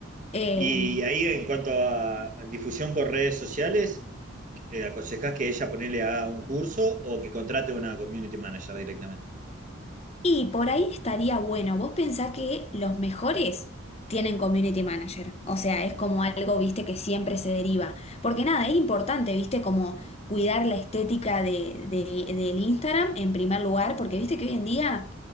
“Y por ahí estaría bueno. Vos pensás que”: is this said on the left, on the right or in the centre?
Left